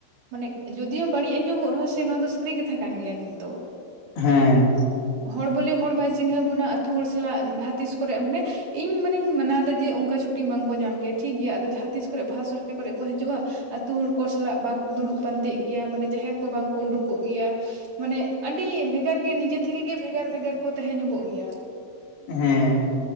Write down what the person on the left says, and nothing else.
ᱦᱮᱸ᱾
ᱦᱮᱸ ᱦᱮᱸ